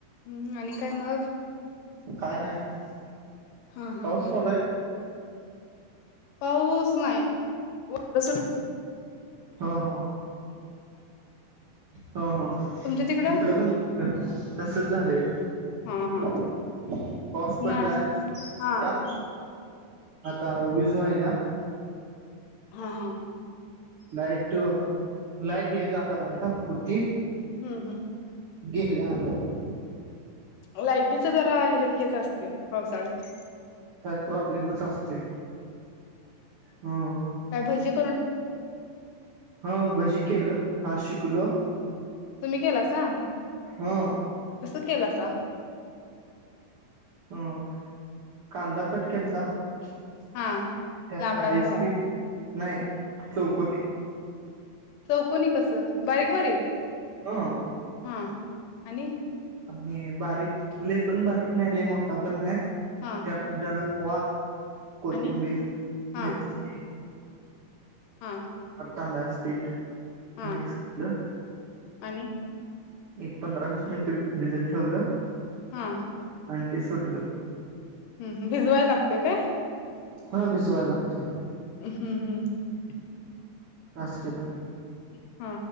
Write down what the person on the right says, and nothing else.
काय नाही
पाऊस चालूय
हो हो, हो हो.
इकडंपण <inaudible> तसच झालंय,
पाऊस पडलाय.
का? आता वीज व्हायला.
लाईट लाईट ये जा करायल्या, हुती.
गेली आलो
प्रॉब्लेमचत अस ते. हो
हा भजी केलं. हा शिकलो
हो
हम्म कांदा कट केलता. त्यात
डाळीचे
पीठ नाही चौकन <inaudible>
अ
आणि बारीक लई पण बारीक नाही. लई मोठा पण नाही.
त्यात जरा वा कोथिंबीर,
मिरची
तांदळाचे पीठ
मिक्स केलं
एक पंधरा वीस मिनिट भिजत ठेवलं.
आणि ते सोडलं.
हा भिजवावे लगते.
अस केलं.